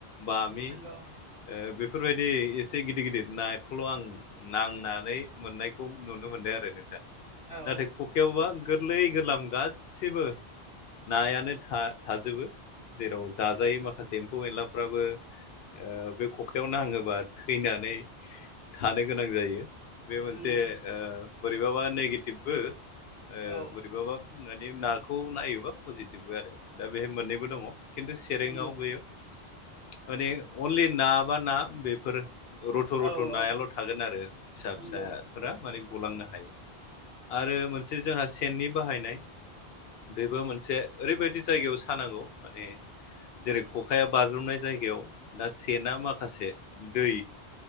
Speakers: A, on the left; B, on the right.
A: बामि
B: नंगौ
A: ओ बेफोरबायदि एसे गिदिर गिदिर नाखौल' आं नांना नै मोननाय खौ नुनो मोनो आरो नोंथां
B: औ
A: नाथाय खख खायावबा गोरलै गोरलाम गाससिबो नायानो था थाजोबो जेराव जाजायो माखासे एम्फौ एनलाफ्राबो ओ बे खखायाव नाङोबा थैनानै थानो गोनां जायो बे मोनसे
B: नंगौ
A: ओ बोरैबाबा नेगेटिभबो ओ
B: औ
A: बोरैबाबा मानि नाखौ नायोबा पजिटिभबो आरो दा बेहाय मोननैबो दङ खिन्थु सेरङआव
B: नंगौ
A: बेयो माने अनलि ना बा ना बेफोर रथ' रथ'
B: औ
A: नायाल'
B: औ
A: थागोन आरो फिसा
B: नंगौ
A: फिसाफोरा माने गलांनो हायो आरो मोनसे जोंहा सेननि बाहायनाय बेबो मोनसे ओरैबायदि जायगायाव सानांगौ माने जेरै खखाया बाज्रुमनाय जायगायाव दा सेना माखासे दै